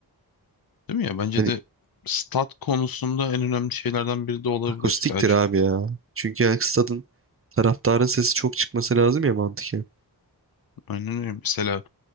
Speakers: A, on the left; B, on the right.
A: Değil mi ya? Bence
B: Hani
A: de stat konusunda en önemli şeylerden biri de olabilir.
B: akustiktir
A: Ya, ç-
B: abi ya. Çünkü yani stadın taraftarın sesi çok çıkması lazım ya mantıken.
A: aynen öyle. Mesela